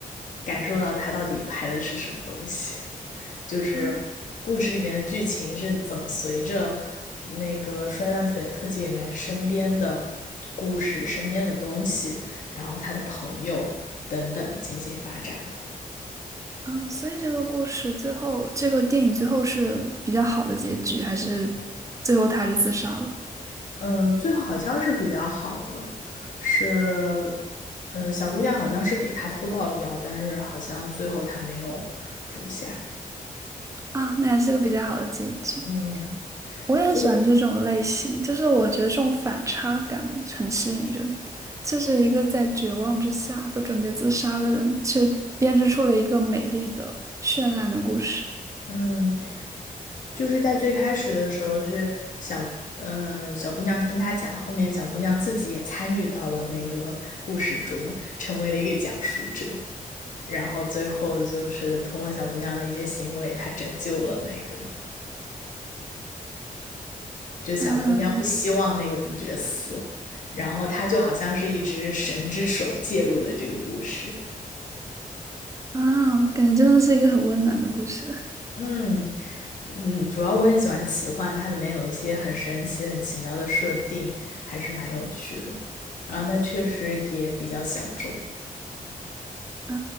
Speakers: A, on the left; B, on the right.
A: 感受到他到底拍的是什么东西。就是故事里面的剧情是怎么随着那个摔断腿的特技演员身边的故事、
B: 啊
A: 身边的东西，然后他的朋友等等进行发展的。
B: 啊！所以这个故事最后，这个电影最后是比较好的结局，还是最后他还是自杀了？
A: 嗯，最后好像是比较好的，是，嗯，小姑娘好像是给他偷到了药，但是好像最后他没有服下。
B: 啊，那还是个比较好的结局。
A: 嗯，
B: 我也很喜欢这种类型，
A: 就是
B: 就是我觉得这种反差感很吸引人。就是一个在绝望之下都准备自杀的人，却编织出了一个美丽的、绚烂的故事。
A: 嗯，就是在最开始的时候是小，嗯、小姑娘听他讲，后面小姑娘自己也参与到了那个故事中，成为了一个讲述者，然后最后就是通过小姑娘的一些行为，她拯救了那个，就小姑娘不希望那个主角死，
B: 啊
A: 然后她就好像是一只神之手介入了这个故事，
B: 啊，感觉真的是一个很温暖的故事。
A: 嗯，嗯，主要我很喜欢奇幻，它里面有一些很神奇、很奇妙的设定，还是蛮有趣的。然后它确实也比较小众。
B: 啊，